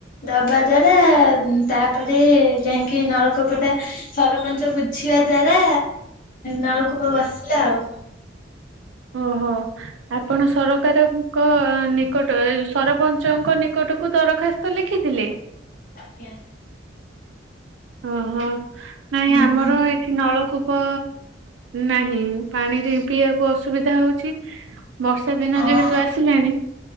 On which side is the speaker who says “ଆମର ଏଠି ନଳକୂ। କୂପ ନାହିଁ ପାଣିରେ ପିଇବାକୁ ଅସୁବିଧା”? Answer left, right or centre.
Right